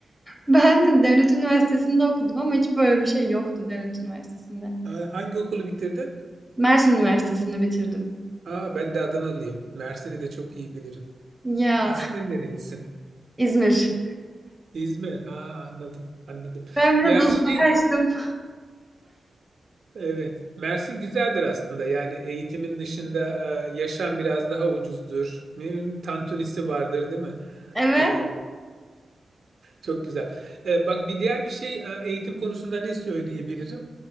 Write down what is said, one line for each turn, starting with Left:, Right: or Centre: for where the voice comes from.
Centre: Ben de devlet üniversitesinde okudum ama hiç böyle bir şey yoktu devlet üniversitesinde.
Right: Aa, hangi okulu bitirdin?
Centre: Mersin Üniversitesi'nde bitirdim.
Right: Aa, ben de Adanalıyım. Mersin'i de çok iyi bilirim.
Centre: Ya
Right: Aslen nerelisin?
Centre: İzmir.
Right: İzmir. Aa, anladım, anladım.
Centre: Ben biraz
Right: Ya
Centre: uzaklaştım.
Right: şey, evet. Mersin güzeldir aslında. Yani eğitimin dışında e, yaşam biraz daha ucuzdur. Ne bileyim, tantunisi vardır, değil mi?
Centre: Evet.
Right: E, çok güzel. E, bak bir diğer bir şey e, eğitim konusunda ne söyleyebilirim?